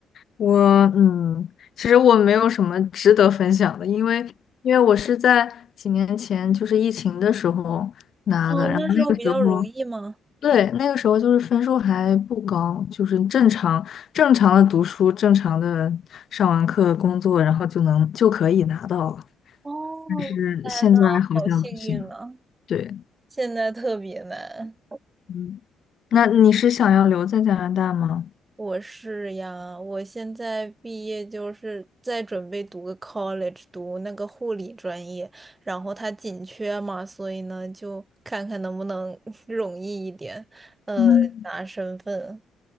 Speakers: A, on the left; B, on the right.
A: 我嗯，其实我没有什么值得分享的，因为因为我是在几年前就是疫情的时候拿的，
B: 哦，
A: 然后那个时候。
B: 那时候比较容易吗？
A: 对，那个时候就是分数还不高，就是正常正常的读书，正常的上完课工作，然后就能就可以拿到了。
B: 哦，
A: 但是现在好像不行。
B: 哇塞，那好幸运呢，
A: 对，
B: 现在特别难。
A: 嗯，那你是想要留在加拿大吗？
B: 我是呀，我现在毕业就是在准备读个 college，读那个护理专业，然后它紧缺嘛，所以呢就看看能不能 <laughs> 容易一点，呃，
A: 嗯，
B: 拿身份。